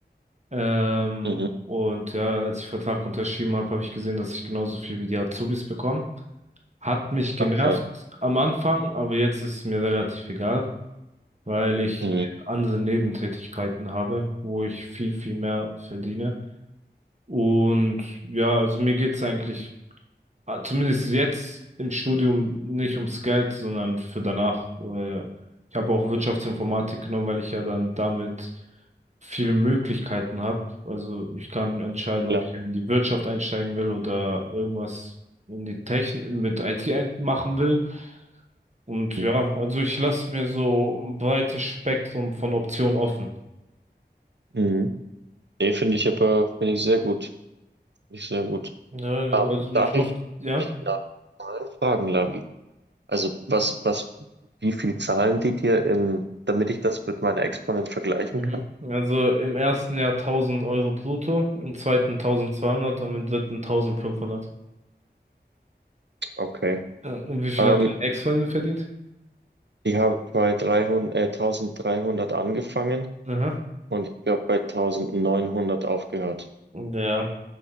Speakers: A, on the right (about 40°); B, on the right (about 75°).
A: Ähm,
B: Mhm.
A: und ja, als ich den Vertrag unterschrieben habe, habe ich gesehen, dass ich genauso viel wie die Azubis bekomme. Hat mich genervt
B: Okay.
A: am Anfang, aber jetzt ist es mir relativ egal. weil ich
B: Mhm.
A: eben andere Nebentätigkeiten habe, wo ich viel, viel mehr verdiene. Und ja, also mir geht's eigentlich, ah, zumindest jetzt im Studium, nicht ums Geld, sondern für danach. Äh, Ich habe auch Wirtschaftsinformatik genommen, weil ich ja dann damit viele Möglichkeiten habe. Also ich kann entscheiden,
B: Klar.
A: ob ich in die Wirtschaft einsteigen will oder irgendwas in die Technik mit IT ein machen will. Und
B: Mhm.
A: ja, also ich lasse mir so ein breites Spektrum von Optionen offen.
B: mhm. Nee, finde ich aber, finde ich sehr gut. Finde ich sehr gut.
A: Ja, also
B: Ähm, darf
A: ich hoffe,
B: ich
A: ja.
B: dich nach Zahlen fragen, Lavi? Also was, was, wie viel zahlen die dir im, damit ich das mit meiner Ex-Freundin vergleichen
A: Mhm.
B: kann?
A: Also im ersten Jahr 1000 Euro brutto, im zweiten 1200 und im dritten 1500.
B: Okay.
A: Ja, Und wie viel
B: Ähm,
A: hat dein Ex-Freundin verdient?
B: Ich habe bei 300 äh, 1300 angefangen
A: Aha.
B: und ich glaube bei 1900 aufgehört.
A: Ja,